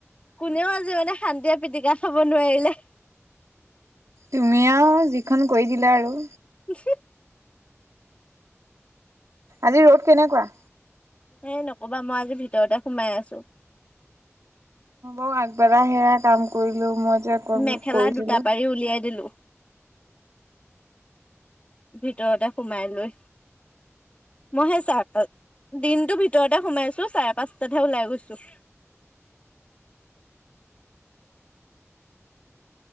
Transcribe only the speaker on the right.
তুমি আৰু যিখন কৰি দিলা আৰু
আজি ৰ'দ কেনেকুৱা?
অ আগবেলা সেয়া কাম কৰিলো মই যে
কৰিছিলো।